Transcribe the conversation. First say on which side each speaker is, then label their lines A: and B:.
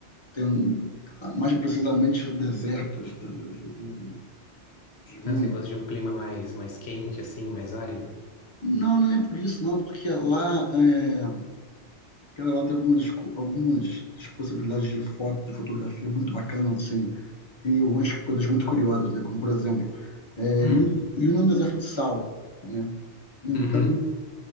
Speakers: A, on the left (about 30°); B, on the left (about 70°).
A: tendo mais precisamente os desertos de, de, Uni.
B: Ah, você gosta de um clima mais, mais quente, assim, mais árido?
A: Não, nem por isso, não, porque lá, é, porque lá tem algumas, co- algumas possibilidades de foto, de fotografia muito bacanas, assim, e algumas coisas muito curiosas, né? como por exemplo, é,
B: Hum,
A: Uni Uni é um deserto de sal, né? Então,
B: uhum.